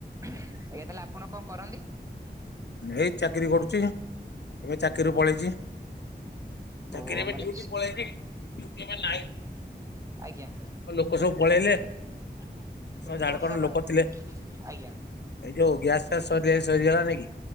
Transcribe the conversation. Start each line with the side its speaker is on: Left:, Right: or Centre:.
Right: ଆଜ୍ଞା ତାହେଲେ ଆପଣ କଣ କର
Left: ଏଇ ଚାକିରି କରୁଚି ଏବେ ଚାକିରୀରୁ ପଳେଇଚି।
Right: ଓହୋ
Left: ଚାକିରି ଏବେ
Right: ମାନେ
Left: ଡ୍ୟୁଟି ପଳେଇବି। ସିଏ ଏବେ ନାଇ।
Right: ଆଜ୍ଞା।
Left: ଆଉ ଲୋକ ସବୁ ପଳେଇଲେ।
Right: <inaudible>
Left: ସବୁ
Right: ଉଁ
Left: ଝାଡଖଣ୍ଡ
Right: ବର୍ଷା ପା
Left: ଲୋକ ଥିଲେ
Right: ଆଜ୍ଞା।
Left: ଏଇ ଯୋଉ ଗ୍ୟାସ ଫ୍ୟାସ ସରି ସରିଗଲା ନାଇଁ କି